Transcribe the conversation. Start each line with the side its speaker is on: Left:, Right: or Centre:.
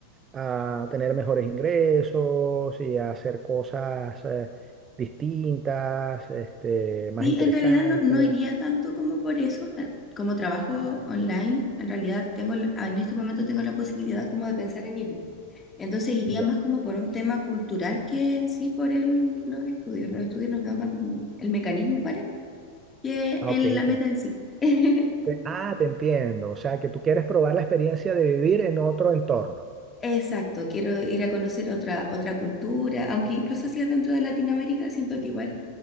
Right: a tener mejores ingresos y a hacer cosas, eh, distintas, este, más
Left: Sí,
Right: interesantes.
Left: en realidad no, no iría tanto como por eso. eh, Como trabajo online, en realidad tengo, l- ah, en este momento tengo la posibilidad como de pensar en irme. Entonces iría
Right: Ya.
Left: más como por un tema cultural que en sí por el, los estudios. Los estudios los veo más como el mecanismo para que
Right: Ah,
Left: el-
Right: ok.
Left: la meta
Right: te-
Left: en sí. <laughs>
Right: te- Ah, te entiendo. O sea, que tú quieres probar la experiencia de vivir en otro entorno.
Left: Exacto, quiero ir a conocer otra, otra cultura, aunque incluso si es dentro de Latinoamérica, siento que igual